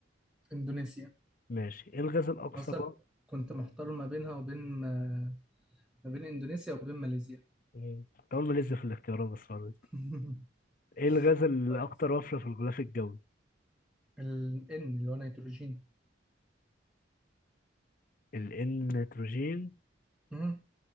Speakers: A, in the centre; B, on the left.
A: إندونيسيا
B: ماشي ايه الغاز الأكثر
A: أصلا
B: وف-
A: كنت محتار ما بينها وبين آه، ما بين إندونيسيا وبين ماليزيا
B: مم. كنت أول ما لسه في الاختيارات بس برضه.
A: <laughs>
B: ايه الغاز الأكثر
A: كويس
B: وفرة في الغلاف الجوي
A: ال N اللي هو نيتروجين
B: النيتروجين
A: مم.